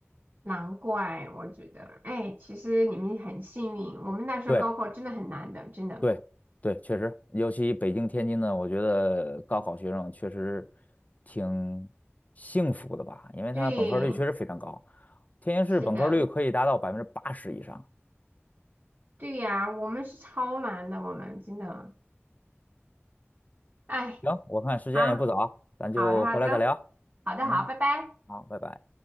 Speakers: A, on the right; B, on the left.
A: 难怪我觉得，哎，其实你们很幸运，我们那时候高考真的很难的，
B: 对。
A: 真的。
B: 对，对，确实，尤其北京、天津呢，我觉得高考学生确实挺幸福的吧，因为他本科率确实非常高，
A: 对，
B: 天津市本科率可以达到百分之八十以上。
A: 是的，对呀，我们是超难的，我们真的，哎，
B: 行，我看时间也不早，
A: 好
B: 咱就回来再聊。
A: 好的好的好的好，
B: 嗯，
A: 拜拜。
B: 好，拜拜。